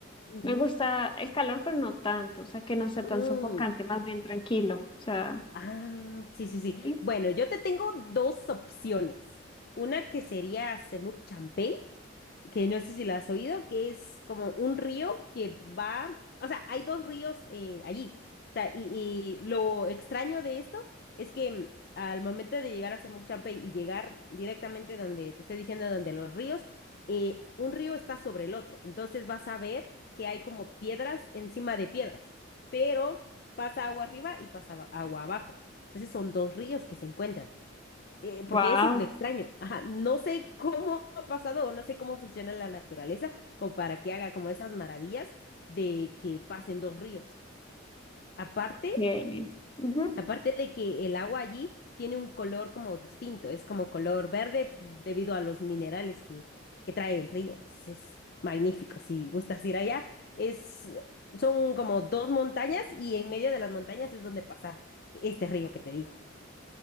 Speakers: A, on the left; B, on the left.
A: Ujú.
B: Me gusta el calor, pero no tanto, o sea, que no sea tan
A: Mm,
B: sofocante, más bien tranquilo, o sea,
A: Ah, sí, sí, sí.
B: ¿sí?
A: Bueno, yo te tengo dos opciones. Una que sería Semuc Champey, que no sé si la has oído, que es como un río que va, o sea, hay dos ríos eh, allí. O sea, y, y lo extraño de esto es que mm, al momento de llegar a Semuc Champey y llegar directamente donde te estoy diciendo, donde los ríos, eh, un río está sobre el otro. Entonces vas a ver que hay como piedras encima de piedras, pero pasa agua arriba y pasa agua abajo. Entonces son dos ríos que se encuentran. Eh, porque
B: Wow,
A: eso es lo extraño. Ajá, no sé cómo <laughs> ha pasado o no sé cómo funciona la naturaleza como para que haga como esas maravillas de que pasen dos ríos. Aparte,
B: qué, ujú,
A: Aparte de que el agua allí tiene un color como distinto, es como color verde debido a los minerales que, que trae el río. Entonces es magnífico. Si gustas ir allá, es, eh, son como dos montañas y en medio de las montañas es donde pasa este río que te digo.